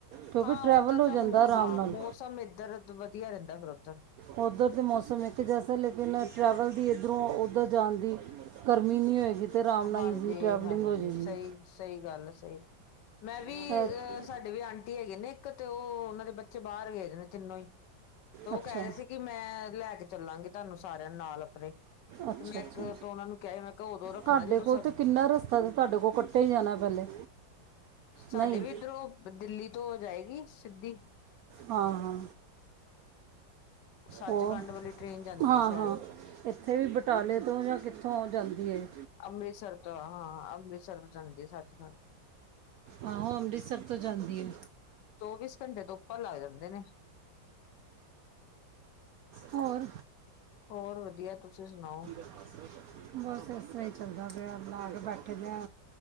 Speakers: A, on the right (about 80°); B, on the left (about 70°).
A: ਕਿਉਂਕਿ
B: ਹਾਂ,
A: ਟਰੈਵਲ
B: ਉੱਧਰ
A: ਹੋ
B: ਤਾਂ
A: ਜਾਂਦਾ ਆਰਾਮ
B: ਹਾਂ,
A: ਨਾਲ
B: ਮੌਸਮ ਇੱਧਰ, ਵਧੀਆ ਰਹਿੰਦਾ ਫਿਰ ਉੱਧਰ।
A: ਉੱਧਰ ਤਾਂ ਮੌਸਮ ਇੱਕ ਜੈਸਾ ਲੇਕਿਨ, ਟਰੈਵਲ ਦੀ ਇੱਧਰੋਂ-ਉੱਧਰ ਜਾਣ ਦੀ। ਗਰਮੀ ਨੀਂ ਹੋਏਗੀ। ਤੇ ਆਰਾਮ ਨਾਲ
B: ਹਾਂਜੀ-ਹਾਂਜੀ,
A: ਈਜ਼ੀ ਟਰੈਵਲਿੰਗ ਹੋ ਜਾਏਗੀ
B: ਸਹੀ। ਸਈ ਗੱਲ ਆ ਸਈ, ਮੈਂ ਵੀ
A: ਇਹ-
B: ਅਹ ਸਾਡੇ ਵੀ ਆਂਟੀ ਹੈਗੇ ਨੇ। ਇੱਕ ਤੇ ਉਹ, ਉਹਨਾਂ ਦੇ ਬੱਚੇ ਬਾਹਰ ਗਏ ਨੇ ਤਿੰਨੋ ਈ, ਤੇ ਉਹ
A: ਅੱਛਾ
B: ਕਹਿ ਰਹੇ ਸੀ ਕਿ ਮੈਂ ਲੈ ਕੇ ਚੱਲਾਂਗੀ। ਤੁਹਾਨੂੰ ਸਾਰਿਆਂ ਨਾਲ ਆਪਣੇ, ਤੇ
A: ਅੱਛਾ
B: ਮੈਂ
A: ਅੱਛਾ
B: ਇੱਕ ਉਹਨਾਂ ਨੂੰ ਕਿਹਾ ਹੀ ਮੈਂ ਕਿਹਾ ਉਦੋਂ। ਰੱਖਣਾ
A: ਤੁਹਾਡੇ
B: ਜਦੋਂ
A: ਕੋਲ
B: ਸਭ
A: ਤੇ ਕਿੰਨਾ ਰਸਤਾ ਤਾਂ ਤੁਹਾਡੇ ਕੋਲ ਕੱਟਿਆ ਹੀ ਜਾਣਾ ਪਹਿਲੇ,
B: ਸਾਡੇ
A: ਨਈ
B: ਵੀ ਦਿੱਲੀ ਤੋਂ ਓ ਜਾਏਗੀ, ਸਿੱਧੀ।
A: ਹਾਂ ਹਾਂ।
B: ਸੱਚਖੰਡ
A: ਹੋਰ,
B: ਵਾਲੀ ਟ੍ਰੇਨ ਜਾਂਦੀ
A: ਹਾਂ-
B: ਹੈ ਸ਼ਾਇਦ
A: ਹਾਂ। ਇੱਥੇ ਵੀ ਬਟਾਲੇ ਤੋਂ ਜਾਂ ਕਿੱਥੋਂ ਆ ਜਾਂਦੀ ਏ।
B: ਅੰਮ੍ਰਿਤਸਰ ਤੋਂ, ਹਾਂ ਅੰਮ੍ਰਿਤਸਰ ਤੋਂ ਜਾਂਦੀ ਏ ਸੱਚਖੰਡ।
A: ਆਹੋ ਅੰਮ੍ਰਿਤਸਰ ਤੋਂ ਜਾਂਦੀ ਏ।
B: ਚੌਵੀਸ ਘੰਟੇ ਤੋਂ ਉੱਪਰ ਲੱਗ ਜਾਂਦੇ ਨੇ।
A: ਹੋਰ।
B: ਹੋਰ ਵਧੀਆ ਤੁਸੀਂ ਸੁਣਾਓ।
A: <unintelligible> ਬਸ ਇਸ ਤਰਾਂ ਈ ਚੱਲਦਾ ਪਿਆ ਨਹਾ ਕੇ ਬੈਠੇ ਆ